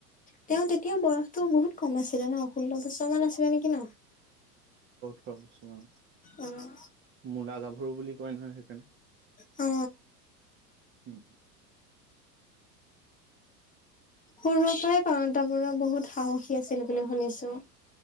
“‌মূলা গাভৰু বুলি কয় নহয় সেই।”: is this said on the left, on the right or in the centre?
Right